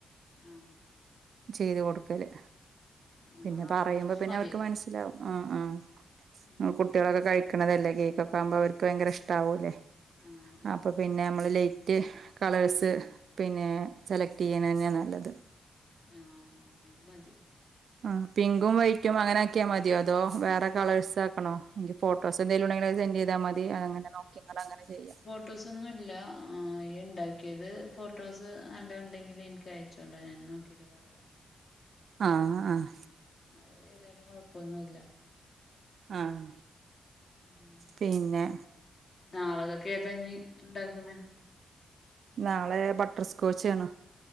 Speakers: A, on the left; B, on the right.
A: ആഹ്
B: ചെയ്തു കൊടുക്കല്
A: ആഹ്
B: പിന്നെ
A: അത് വേണ്ട
B: പറയുമ്പോ
A: കൊറച്ച്
B: പിന്നെ
A: മതി
B: അവർ ക്ക്‌ മനസിലാവും ആഹ് ആഹ്
A: ഉം
B: ങ്ങളെ കുട്ടിയാളൊക്കെ കഴിക്ക്‌ ക്ക്‌ണതല്ലേ കേക്കൊക്കാവുമ്പോ അവർക്ക് ഭയങ്കര ഇഷ്ടാവൂലേ
A: ആഹ് ആ
B: അപ്പോ പിന്നെ നമ്മൾ ലൈറ്റ് കളേഴ്സ് പിന്നെ സെലക്ട് ചെയ്യ്ണന്ന്യാ നല്ലത്
A: ആഹ് ആഹ് അഹ് മതി
B: ആഹ് പിങ്കും വൈറ്റും അങ്ങനെ ആക്കിയാ മതിയോ അതോ വേറെ കളേഴ്സ് ആക്കണോ ഫോട്ടോസ് എന്തേലുണ്ടെങ്കില് അത് സെന്റ് ചെയ്താ മതി അങ്ങനെ നോക്കിയും കണ്ടും അങ്ങനെ ചെയ്യാം
A: ഫോട്ടോസൊന്നുമില്ല ഇയ്യ് ഇണ്ടാക്കിയത് ഫോട്ടോസ് നല്ലത്ണ്ടെങ്കിൽ ഇൻക്ക് അയച്ചോണ്ടാ ഞാൻ നോക്കിയി ട്ട് പറയാം
B: ആഹ് ആഹ്
A: അത് ഏതായാലും കൊഴപ്പൊന്നുഇല്ല
B: ആഹ്
A: ഉം
B: പിന്നെ
A: നാളക്കെക്ക്‌ ഏതാ ഇഞ് ഇണ്ടാക്ക്‌ണേ
B: നാളെ ബട്ടർസ്കോച്ച് ആണ്